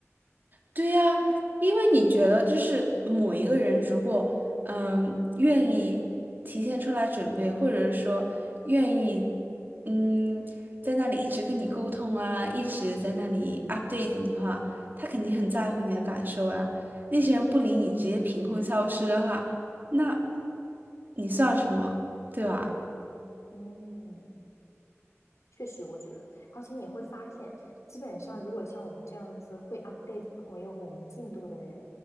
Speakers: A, on the right; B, on the left.
A: 对呀，因为你觉得就是某一个人如果嗯愿意提前出来准备，或者说愿意嗯在那里一直跟你沟通啊，一直在那里 update 你的话，他肯定很在乎你的感受啊。那些人不理你，直接凭空消失的话，那你算什么，对吧？
B: 嗯，确实，我觉得，而且你会发现，基本上如果像我们这样子会 update 朋友我们进度的人，